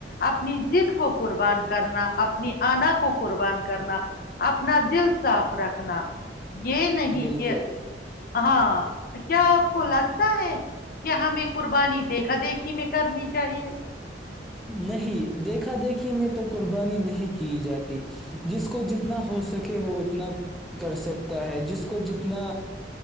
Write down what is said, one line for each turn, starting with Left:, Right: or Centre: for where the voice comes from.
Left: اپنی ضد کو قربان کرنا اپنی آنا کو قربان کرنا اپنا دل صاف رکھنا یہ نہیں
Centre: بالکل
Left: کہ ہاں کیا آپ کو لگ کیا ہمیں قربانی دیکھا دیکھی میں کرنی چاہیے
Centre: نہیں دیکھا دیکھی میں تو قربانی نہیں کی جاتی جس کو جتنا ہو سکے وہ اتنا کر سکتا ہے جس کو جتنا